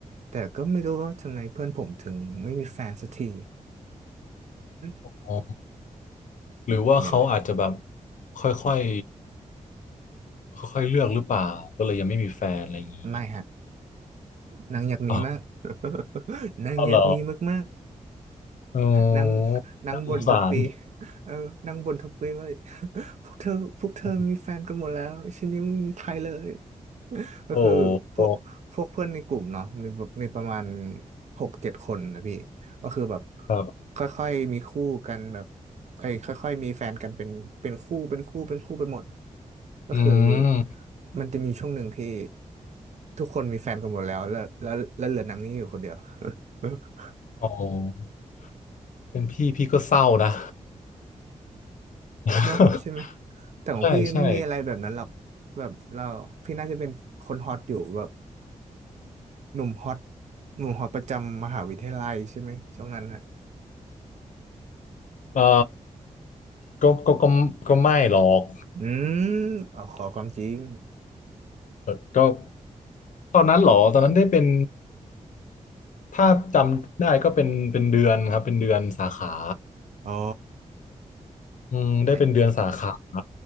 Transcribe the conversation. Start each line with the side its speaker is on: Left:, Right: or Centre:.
Right: แต่ก็ไม่รู้ว่าทำไมเพื่อนผมถึงไม่มีแฟนสักทีอืม
Left: อ๋อหรือว่าเขาอาจจะแบบ
Right: เหม็นเลย
Left: ค่อยๆค่อยๆเลือกหรือเปล่าก็เลยยังไม่มีแฟนอะไรอย่างนี้
Right: ไม่ฮะนางอยากมีมาก
Left: อ๋อ
Right: <laughs> นางอยากมีมากๆ
Left: เอาเหรอ โอ้
Right: นั่งนั่งบ่นทุกปี
Left: น่าสงสาร
Right: เออนั่งบ่นทุกปีว่า <laughs> พวกเธอพวกเธอมีแฟนกันหมดแล้วฉันยังไม่มีใครเลย
Left: <laughs>
Right: <laughs> ก็คือพวกพวกเพื่อนในกลุ่มเนาะมีแบบมีประมาณ
Left: โอ้โอ้
Right: หกเจ็ดคนนะพี่ ก็คือแบบ
Left: ครับ
Right: ค่อยๆมีคู่กันแบบไอ้ยค่อยๆมีแฟนกันเป็นเป็นคู่เป็นคู่เป็นคู่ไปหมดก็คือ
Left: อืม
Right: มันจะมีช่วงหนึ่งที่ทุกคนมีแฟนกันหมดแล้วแล้วแล้วแล้วเหลือนางนี้อยู่คนเดียว <laughs>
Left: โอ้เป็นพี่ พี่ก็เศร้านะ <laughs>
Right: เนาะใช่ไหมแต่ของพี่ไม่มีอะไรแบบนั้นหรอกแบบเราพี่น่าจะเป็นคนฮอตอยู่แบบ
Left: ใช่ใช่
Right: หนุ่มฮอตหนุ่มฮอตประจำมหาวิทยาลัยใช่ไหมช่วงนั้นอ่ะ
Left: เอ่อก็ก็ก็ก็ไม่หรอก
Right: อืมเอาขอความจริง
Left: เอ่อก็ตอนนั้นเหรอ ตอนนั้นได้เป็น ถ้าจำได้ก็เป็นเป็นเดือนครับเป็นเดือนสาขา
Right: อ๋อ
Left: อืมได้เป็นเดือนสาขา
Right: แน่
Left: แ